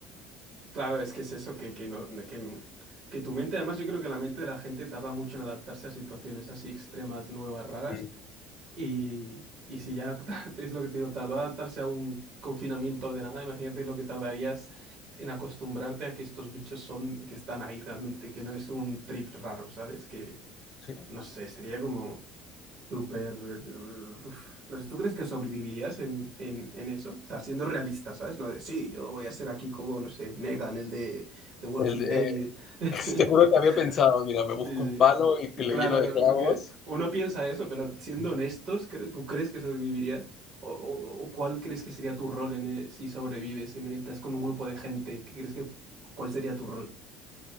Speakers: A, on the right (about 50°); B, on the left (about 50°).
A: Claro, es que es eso, que, que, no, que, que tu mente, además yo creo que la mente de la gente tarda mucho en adaptarse a situaciones así extremas, nuevas, raras,
B: Ujú,
A: y, y si ya <laughs> es lo que te digo, tardó adaptarse a un confinamiento de nada, imagínate lo que tardarías en acostumbrarte a que estos bichos son, que están ahí realmente, que no es un trip raro, ¿sabes? Que,
B: sí.
A: no sé, sería como... Súper. eh, uf, No sé, ¿tú crees que sobrevivirías en, en, en eso? O sea, siendo realista, ¿sabes? No de sí, yo voy a ser aquí como, no sé, Negan, el de The Walking
B: El de-
A: Dead. y- <laughs>
B: <laughs> te juro que había pensado, mira, me busco
A: Sí,
B: un palo y que
A: sí.
B: le
A: Claro,
B: lleno de clavos.
A: porque uno piensa eso, pero siendo
B: Ujú.
A: honestos, ¿cre- ¿tú crees que sobrevivirías? ¿O, o- o cuál crees que sería tu rol en, eh, si sobrevives, en, estás con un grupo de gente? ¿Qué crees que, cuál sería tu rol?